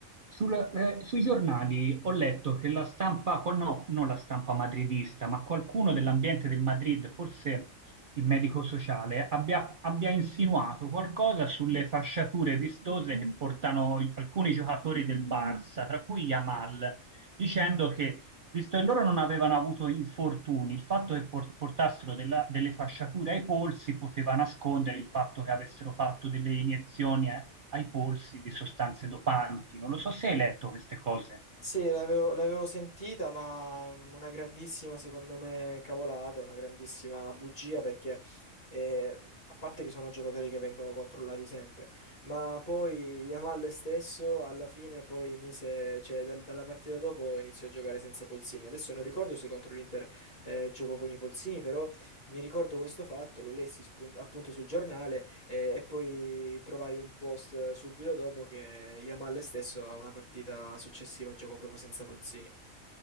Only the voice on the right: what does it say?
Sul- eh, sui giornali ho letto che la stampa, qual- no, non la stampa madridista, ma qualcuno dell'ambiente del Madrid, forse il medico sociale, abbia, abbia insinuato qualcosa sulle fasciature vistose che portano i- alcuni giocatori del Barça, tra cui Yamal, dicendo che, visto che loro non avevano avuto infortuni, il fatto che por- portassero della- delle fasciature ai polsi poteva nascondere il fatto che avessero fatto delle iniezioni eh, ai polsi di sostanze dopanti. Non lo so se hai letto queste cose.